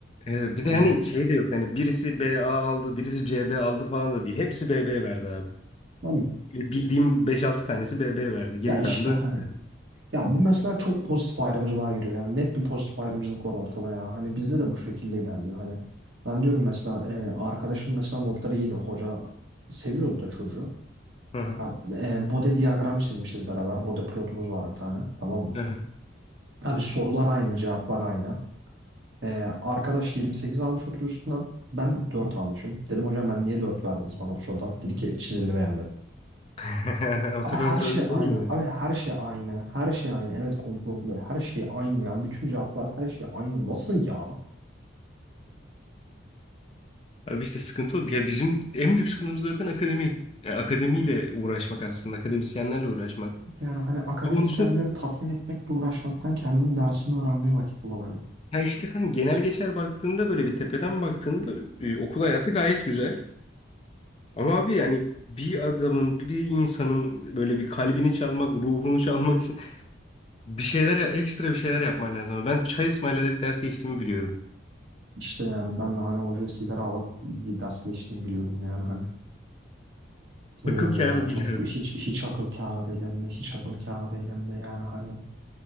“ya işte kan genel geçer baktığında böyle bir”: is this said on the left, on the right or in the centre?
Left